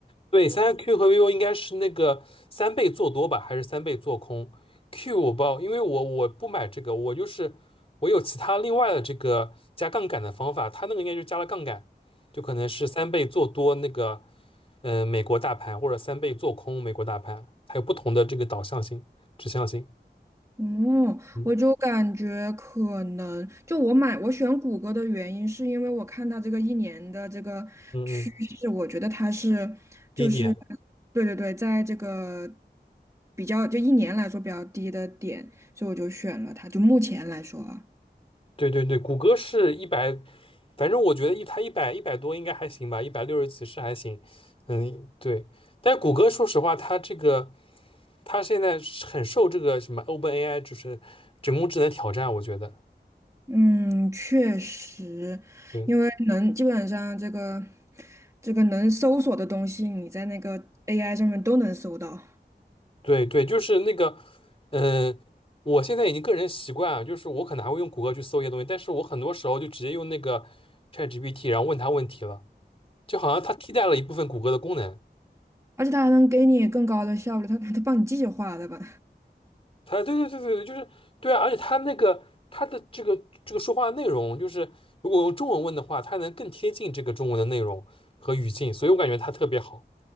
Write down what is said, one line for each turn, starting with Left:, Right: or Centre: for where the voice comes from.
Left: 对，三 Q 和 vivo 应该是那个三倍做多吧，还是三倍做空？Q 我不知道，因为我我不买这个，我就是我有其他另外的这个加杠杆的方法，它那个应该就是加了杠杆，就可能是三倍做多那个嗯、呃美国大盘，或者三倍做空美国大盘，它有不同的这个导向性、指向性。
Right: 嗯，
Left: 嗯
Right: 我就感觉可能就我买我选谷歌的原因是因为我看它这个一年的这个趋势，
Left: 嗯嗯，
Right: 我觉得它是就是
Left: 第一点。
Right: 对对对，在这个比较就一年来说比较低的点，所以我就选了它，就目前来说啊。
Left: 对对对，谷歌是一百，反正我觉得一它一百一百多应该还行吧，一百六十几是还行。嗯，对。但是谷歌说实话，它这个它现在是很受这个什么 OpenAI 就是人工智能挑战，我觉得。
Right: 嗯，确实，
Left: 对
Right: 因为能基本上这个这个能搜索的东西，你在那个 AI 上面都能搜到，
Left: 对对，就是那个，嗯、我现在已经个人习惯啊，就是我可能还会用谷歌去搜一些东西，但是我很多时候就直接用那个 ChatGPT，然后问他问题了，就好像它替代了一部分谷歌的功能。
Right: 而且它还能给你更高的效率，它它帮你计划的吧？
Left: 他对对对对对，就是对啊，而且他那个他的这个这个说话内容，就是如果用中文问的话，他能更贴近这个中文的内容和语境，所以我感觉他特别好。